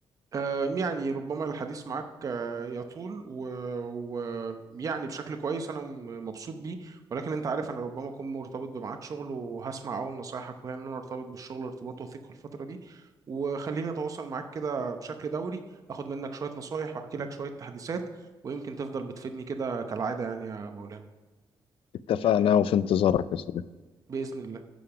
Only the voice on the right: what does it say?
آه، يعني ربما الحديث معك آه، يطول ويعني بشكل كويس انا م- مبسوط بيه ولكن انت عارف انا ربما اكون مرتبط بميعاد شغل وهسمع اول نصايحك وهي ان انا ارتبط بالشغل ارتباط وثيق في الفتره دي وخليني اتواصل معاك كده بشكل دوري اخد منك شويه نصايح واحكي لك شويه تحديثات ويمكن تفضل بتفيدني كده كالعاده يعني يا مولانا
باذن الله